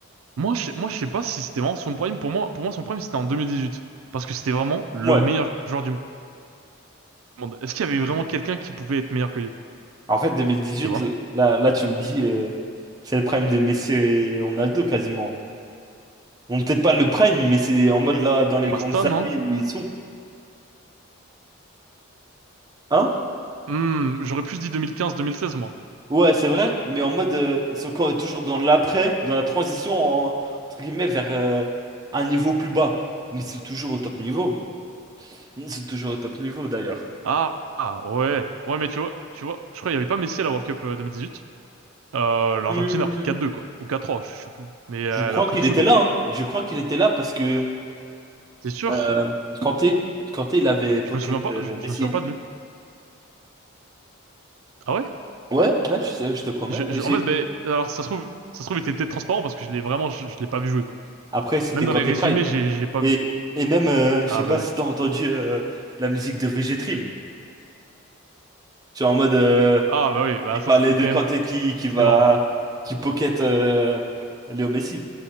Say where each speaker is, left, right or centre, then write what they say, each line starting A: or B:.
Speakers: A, on the right; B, on the right.
A: Moi, je, sais- moi, je sais pas si c'était vraiment son prime. Pour moi, pour moi, son prime, c'était en 2018. Parce que c'était vraiment le
B: Ouais.
A: meilleur joueur du monde. Est-ce qu'il y avait vraiment quelqu'un qui pouvait être meilleur que lui?
B: En fait, 2018,
A: Tu vois?
B: l- là, là tu me dis, euh, c'est le prime de Messi et Ronaldo quasiment. Bon, peut-être pas le prime, mais c'est en mode là, dans les
A: Pasta,
B: grandes
A: non?
B: années où ils sont. Hein?
A: Hmm, j'aurais plus dit 2015-2016, moi.
B: Ouais, c'est vrai, mais en mode, euh, ils sont quand- toujours dans l'après, dans la transition, en- entre guillemets, vers euh, un niveau plus bas. Mais c'est toujours au top niveau. Ils sont toujours au top niveau, d'ailleurs.
A: Ah, ah, ouais. Ouais, mais tu vois, tu vois, je crois qu'il y avait pas Messi à la World Cup euh, 2018. Euh, l'Argentine
B: Hmm.
A: a pris 4-2, quoi. Ou 4-3, je sais plus. Mais euh,
B: Je crois
A: elle a pris
B: qu'il
A: de foudre.
B: était là, hein. Je crois qu'il était là parce que
A: C'est sûr?
B: euh, Kanté, Kanté, il avait
A: Je
B: Pocket
A: me souviens pas,
B: euh,
A: je,
B: Messi,
A: je me souviens
B: hein.
A: pas de lui. Ah ouais?
B: Ouais, ouais, je, je te promets.
A: Je, je-
B: J'ai...
A: en fait, ben, alors, ça se trouve, ça se trouve, il était peut-être transparent parce que je l'ai vraiment, je, je l'ai pas vu jouer, quoi.
B: Après, c'était
A: Même dans
B: Kanté
A: les résumés,
B: Prime.
A: j'ai j'ai pas
B: Et,
A: vu.
B: et même, euh, je
A: Ah
B: sais pas
A: bah
B: si
A: oui.
B: t'as entendu euh, la musique de VG Trim. Tu vois, en mode, euh,
A: Ah bah oui, bah
B: il
A: ça
B: parlait
A: c'était
B: de
A: quand
B: Kanté
A: même...
B: qui, qui va,
A: C'était marrant quand même.
B: qui pocket euh, Léo Messi.